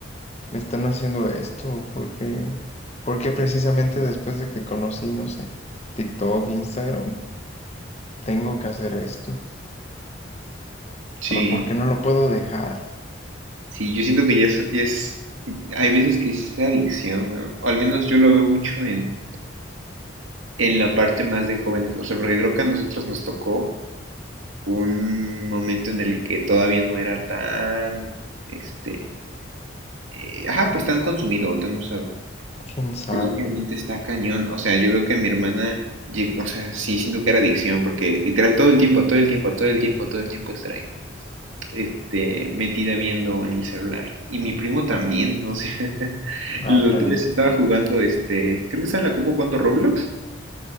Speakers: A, on the left; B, on the right.
A: me están haciendo esto? ¿Por qué? Porque precisamente después de que conocí, no sé, TikTok, Instagram, tengo que hacer esto.
B: Sí,
A: ¿Por por qué no lo puedo dejar?
B: sí, yo siento que ya es, ya es- hay veces que es adicción, ¿no? O al menos yo lo veo mucho en, en la parte más de jóvenes, o sea, porque creo que a nosotros nos tocó un momento en el que todavía no era tan, este, eh, ajá, pues tan consumido o tan usado.
A: ¿Quién sabe?
B: Pero últimamente está cañón. O sea, yo veo que a mi hermana, lleg- o sea, sí siento que era adicción, porque literal todo el tiempo, todo el tiempo, todo el tiempo, todo el tiempo estar ahí, este, metida viendo en el celular. Y mi primo también, o sea, <laughs>
A: Ah,
B: los
A: caray.
B: tres estaba jugando, este, creo que estaba en la compu jugando Roblox.